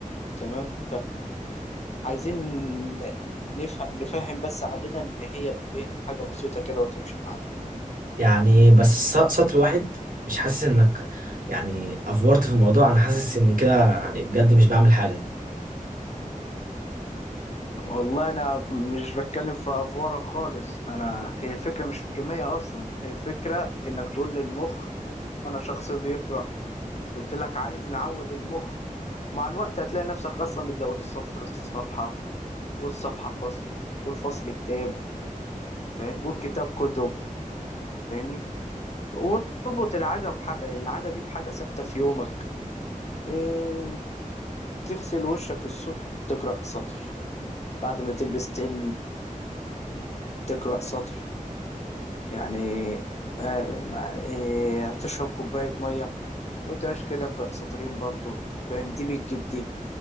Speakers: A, on the left; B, on the right.
A: تمام فعايزين نفهم نفهم بس علينا إن هي ب- إيه حاجة بسيطة كده وتمشي معانا
B: يعني بس س- سطر واحد مش حاسس انك يعني افورت في الموضوع انا حاسس ان كده يعني بجد مش بعمل حاجة
A: والله أنا ب- مش بتكلم في أفوارة خالص أنا هي الفكرة مش في الكمية أصلا هي الفكرة إنك تقول للمخ أنا شخص بيقرأ قلت لك عايز نعود المخ ومع الوقت هتلاقي نفسك أصلا بتزود السطر الصفحة والصفحة فصل والفصل كتاب فاهم والكتاب كتب فاهمني واربط العادة بح... العادة دي بحاجة ثابتة في يومك إيه... تغسل وشك الصبح تقرأ سطر بعد ما تلبس تل... تقرأ سطر يعني آه... إيه... هتشرب كوباية مية وانت مش كده اقرأ سطرين برضو فاهم دي بتجيب دي